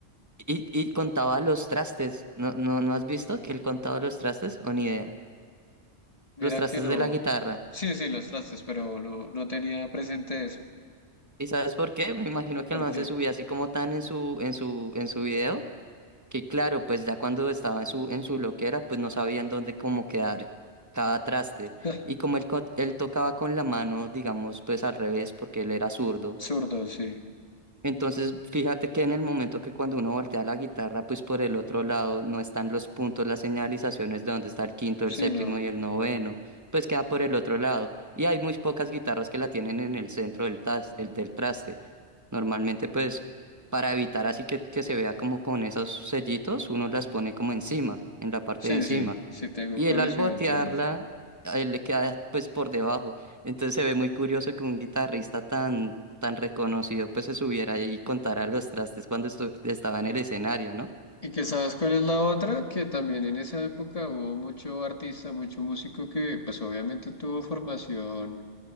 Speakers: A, on the right; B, on the left.
A: y, y contaba los trastes. ¿No, no, no has visto que él contaba los trastes? O ni idea.
B: mira
A: Los trastes
B: que no,
A: de la guitarra.
B: sí, sí, los trastes, pero no, no tenía presente eso,
A: ¿Y sabes por qué? Me imagino que
B: porque
A: el man se subía así como tan en su, en su, en su video Que claro, pues ya cuando estaba en su, en su loquera, pues no sabían dónde cómo quedar cada traste.
B: <laughs>
A: Y como él, co- él tocaba con la mano, digamos, pues al revés, porque él era zurdo,
B: zurdo, sí,
A: entonces, fíjate que en el momento que cuando uno voltea la guitarra, pues por el otro lado no están los puntos, las señalizaciones de dónde está el quinto,
B: sí,
A: el séptimo
B: no,
A: y el noveno, pues queda por el otro lado. Y hay muy pocas guitarras que la tienen en el centro del, tas- el- del traste. Normalmente, pues para evitar así que, que se vea como con esos sellitos, uno las pone como encima, en la parte
B: sí,
A: de encima.
B: sí, sí tengo
A: Y
B: conocimiento
A: el al botearla,
B: de eso.
A: eh, le queda pues por debajo. Entonces se ve muy curioso que un guitarrista tan, tan reconocido pues se subiera ahí y contara los trastes cuando estu- estaba en el escenario, ¿no?
B: Y que sabes cuál es la otra, que también en esa época hubo mucho artista, mucho músico que pues obviamente tuvo formación